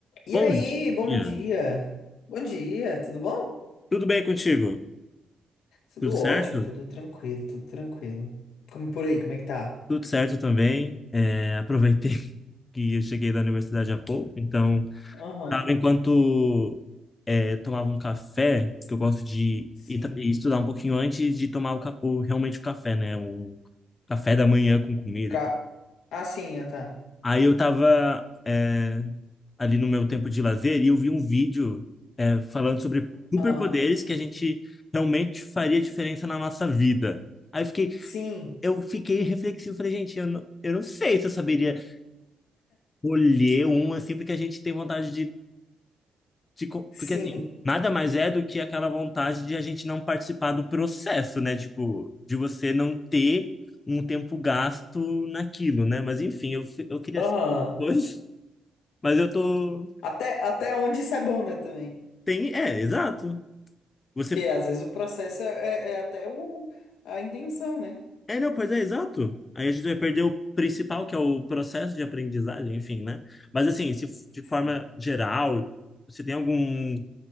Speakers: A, on the left; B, on the left.
A: E
B: Bom
A: aí, bom
B: dia.
A: dia. Bom dia, tudo bom?
B: Tudo bem contigo?
A: Tudo
B: Tudo certo?
A: ótimo, tudo tranquilo, tudo tranquilo. Como por aí, como é que tá?
B: Tudo certo também. É, aproveitei <laughs> que eu cheguei da universidade há pouco, então
A: Aham,
B: tava enquanto é, tomava um café, que eu gosto de
A: sim.
B: ir tra- ir estudar um pouquinho antes de tomar o, ca- o- realmente o café, né? O café da manhã com comida.
A: Ca...
B: e tudo.
A: Ah, sim, ah, tá.
B: Aí eu tava é, ali no meu tempo de lazer e eu vi um vídeo é, falando sobre superpoderes
A: Aham,
B: que a gente realmente faria diferença na nossa vida. Aí eu fiquei,
A: sim,
B: eu fiquei reflexivo, falei, gente, eu não, eu não sei se eu saberia colher um, assim, porque a gente tem vontade de, de co-
A: sim.
B: Porque, assim, nada mais é do que aquela vontade de a gente não participar do processo, né? Tipo, de você não ter um tempo gasto naquilo, né? Mas, enfim, eu, fi- eu queria
A: Aham.
B: ser dois, mas eu tô...
A: Até, até onde isso é bom, né, também?
B: Tem, é, exato. Você
A: Porque às vezes o processo é, é é até o, a intenção, né?
B: É, não, pois é, exato. Aí a gente vai perder o principal, que é o processo de aprendizagem, enfim, né? Mas assim, se f- de forma
A: Sim.
B: geral, você tem algum,